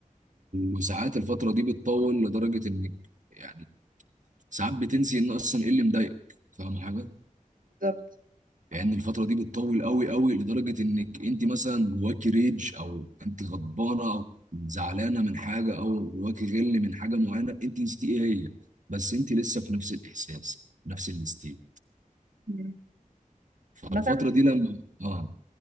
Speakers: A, on the right (about 60°); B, on the right (about 80°).
A: وساعات الفتره دي بتطول لدرجه انك يعني ساعات بتنسي ان اصلا ايه اللي مضايقك فاهم حاجه
B: بالظبط
A: يعني الفتره دي بتطول قوي قوي لدرجه انك انت مثلا جواكي ريج او انت غضبانه او زعلانه من حاجه او جواكي غل من حاجه معينه انت نسيتي ايه هي بس انت لسه في نفس الاحساس نفس الاستيل
B: امم
A: فالفتره
B: مثلا
A: دي لما اه